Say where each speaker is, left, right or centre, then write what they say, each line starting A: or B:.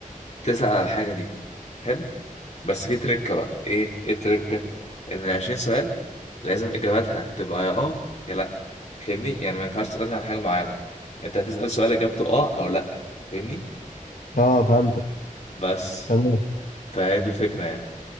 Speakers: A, on the left; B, on the left.
A: تسأل على الحاجة دي حلو بس في تركة بقى ايه ايه التركة ان العشرين سؤال لازم اجاباتها تبقى يا اه يا لا فاهمني يعني ما ينفعش تسألني على حاجة معينة انت هتسأل سؤال اجابته اه او لا فاهمني
B: اه فهمتك
A: بس
B: تمام
A: فهي دي الفكرة يعني